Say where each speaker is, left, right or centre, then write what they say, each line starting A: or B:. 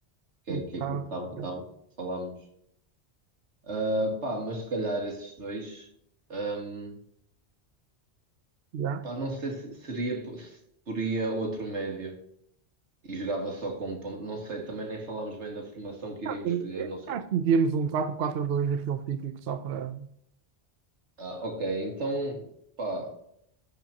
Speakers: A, on the right; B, on the right.
A: que
B: Um
A: é,
B: bocado.
A: que é aquilo que estava, estava-
B: Já.
A: falámos Ah, pá, mas se calhar esses dois. ahm,
B: já.
A: pá, não sei se seria po- se poria outro médio e jogava só com um ponto. Não sei, também nem falámos bem da formação que
B: Ah,
A: iríamos
B: eh,
A: escolher, não sei.
B: Acho que metíamos um 4-4-2 aquele típico só para.
A: Ah, ok, então, pá,